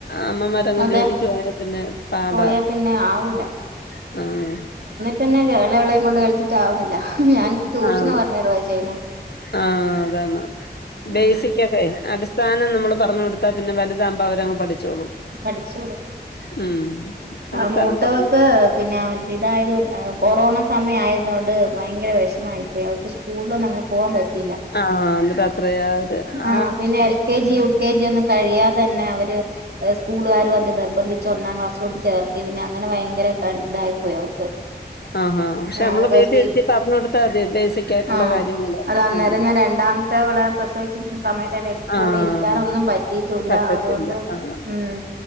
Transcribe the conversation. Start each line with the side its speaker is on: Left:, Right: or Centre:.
Left: അമ്മമാരങ്ങ്
Right: അതെ
Left: ജോലിക്ക് പോയാ പിന്നെ പാടാ
Right: പോയാ പിന്നെ ആവൂല
Left: ഉം
Right: പിന്നെ എളയവളേം കൊണ്ട് കളിച്ചിട്ടാവുന്നില്ല ഞാൻ ട്യൂഷന്
Left: ആന്ന്
Right: പറഞ്ഞിടുവാ ചെയ്യുന്നേ
Left: ആ അതാണ്
Right: ഉം
Left: ബേസിക് പ്പെ അടിസ്ഥാനം നമ്മള് പറഞ്ഞ് കൊടുത്താപിന്നെ വലുതാകുമ്പൊ അവരങ്ങ് പഠിച്ചോളും
Right: പഠിച്ചോളും
Left: ഉം അടിസ്ഥാനം
Right: ആ മൂത്തവൊക്കെ
Left: പറഞ്ഞു
Right: പിന്നെ അവ ഇതായത് കൊ കൊറോണ സമയം ആയതുകൊണ്ട് ഭയങ്കര വിഷമായിപ്പോയി അവക്ക് സ്കൂളിലൊന്നും അങ്ങനെ പോകാൻ പറ്റിയില്ല
Left: ആ ന്നിട്ട് അത്രയാ ഒരു
Right: ആഹ്
Left: ആ
Right: പിന്നെ L K G U K G ഒന്നും കഴിയാതെന്നെ അവര് സ്കൂളുകാരി വന്ന് നിർബന്ധിച്ച് ഒന്നാം ക്ലാസ് കൊണ്ട് ചേർത്തി പിന്നെ അങ്ങനെ ഭയങ്കര ഇതായി പോയി അവക്ക്
Left: ആഹാ പക്ഷെ
Right: ആ
Left: നമ്മള്
Right: അതൊക്കെ
Left: വീട്ടിലിരുത്തി
Right: ഫീ
Left: പറഞ്ഞു കൊടുത്താ മതി ബേസിക് ആയിട്ടുള്ള
Right: ആ
Left: കാര്യങ്ങള്.
Right: അത് അന്നേരം
Left: ഉം
Right: ഞാൻ രണ്ടാം മത്തവളെ പ്രസവിച്ചിരിക്കുന്ന സമയത്തായിട്ട് കൂടെ
Left: ആഹ്
Right: ഇരിക്കാനൊന്നും പറ്റിയിട്ടൂല്ല
Left: പറ്റത്തില്ല
Right: അതുകൊണ്ട്
Left: ആഹ്
Right: ഉം